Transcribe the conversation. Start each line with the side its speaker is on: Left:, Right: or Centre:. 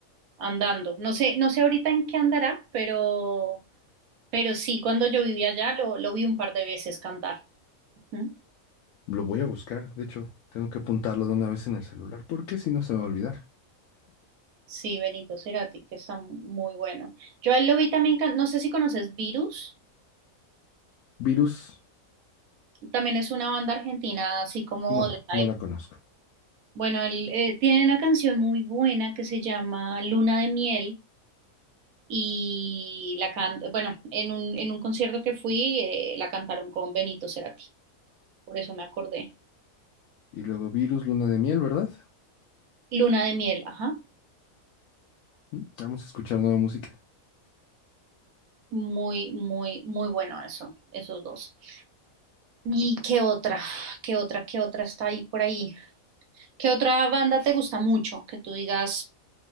Right: andando. No sé, no sé ahorita en qué andará, pero, pero sí, cuando yo vivía allá lo, lo vi un par de veces cantar. Ujú.
Left: Lo voy a buscar, de hecho, tengo que apuntarlo de una vez en el celular, porque si no se me va a olvidar.
Right: Sí, Benito Cerati, que está muy bueno. Yo a él lo vi también, can- no sé si conoces Virus,
Left: Virus,
Right: también es una banda argentina, así como
Left: no,
Right: de esa
Left: no
Right: época.
Left: la conozco.
Right: Bueno, él eh, tiene una canción muy buena que se llama Luna de Miel y la can bueno, en un, en un concierto que fui eh, la cantaron con Benito Cerati, por eso me acordé.
Left: Y luego Virus, Luna de Miel, ¿verdad?
Right: Luna de Miel, ajá.
Left: Mm, Vamos a escuchar nueva música.
Right: Muy, muy, muy bueno eso, esos dos. ¿Y qué otra? ¿Qué otra? ¿Qué otra está ahí por ahí? ¿Qué otra banda te gusta mucho? Que tú digas,